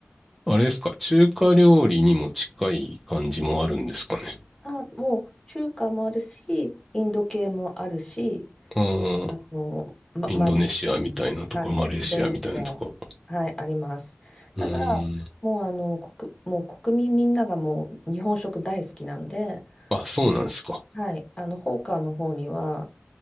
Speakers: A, in the centre; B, on the left (about 20°).
A: あれですか中華料理にも近い感じもあるんですかね。
B: あ、もう中華もあるし、インド系もあるし、
A: う
B: あの、ま、
A: ん。
B: マリ系も、
A: インドネシアみたいなとか、
B: はい、
A: マレーシアみたいなとか。
B: インドネシア、はい、あります。ただ、
A: うーん。
B: もうあの、国、もう国民みんながもう日本食大好きなんで、
A: あ、そうなんですか。
B: あのはい、あの、ホーカーの方には、